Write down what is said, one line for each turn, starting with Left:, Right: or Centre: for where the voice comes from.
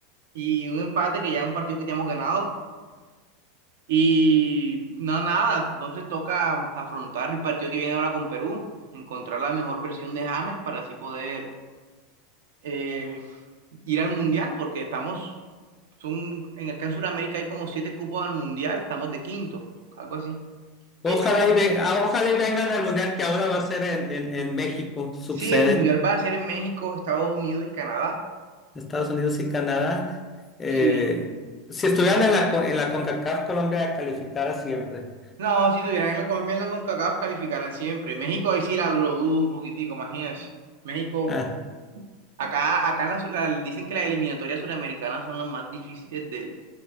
Right: y un empate que ya es un partido que teníamos ganado. Y no, nada, entonces toca afrontar el partido que viene ahora con Perú, encontrar la mejor versión de James para así poder eh, ir al Mundial, porque estamos, son, en acá en Sudamérica hay como siete cupos al Mundial, estamos de quinto, algo así. Sí,
Left: Ojalá
Right: estamos-
Left: y, ve- ah, ojalá y vengan al mundial que ahora va a ser en, en, en México, subsede,
Right: sí, el Mundial va a ser en México, Estados Unidos y Canadá.
Left: Estados Unidos y Canadá. Eh,
Right: Sí.
Left: si estuvieran en la, co- en la CONCACAF, Colombia calificara siempre.
Right: No, si tuvieran la con Conca CONCACAF, calificaran siempre. México ahí sí la lo dudo un poquitico, imagínense. México
Left: Ah,
Right: Acá, acá en la su- la- dicen que las eliminatorias suramericanas son las más difíciles del,